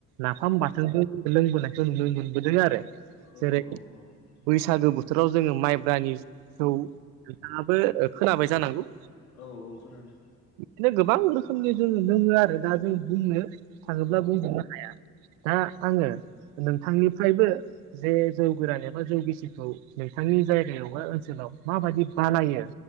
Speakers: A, on the right (about 60°); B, on the left (about 80°).
A: नाफाम बाथोनजों लोंबोनायखौ नुनो मोनबोदों आरो।
B: औ
A: जेरै
B: औ औ
A: बैसागो बोथोराव जोङो माइब्रानि जौ नोंथाङाबो खोनाबाय जानांगौ?
B: औ औ खोनादों।
A: बिदिनो गोबां रोखोमनि जोङो लोङो आरो दा जों बुंनो थाङोब्ला
B: औ
A: बुंजोबनो हाया। दा आङो नोंथांनिफ्रायबो जे जौ गोरान एबा जौगिसिखौ नोंथांनि जायगायाव बा ओनसोलाव माबायदि बानायो